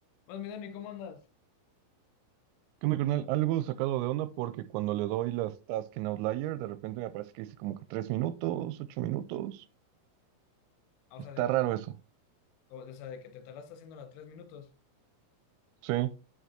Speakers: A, on the left; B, on the right.
A: Más mi Dani, ¿cómo andas?
B: ¿Qué onda, carnal? Algo sacado de onda porque cuando le doy las tasks en Outlier, de repente me aparece que dice como que tres minutos, ocho minutos.
A: Ah,
B: Está
A: O sea, de que,
B: raro eso.
A: o o sea, de que te tardaste haciendo las tres minutos.
B: Sí. O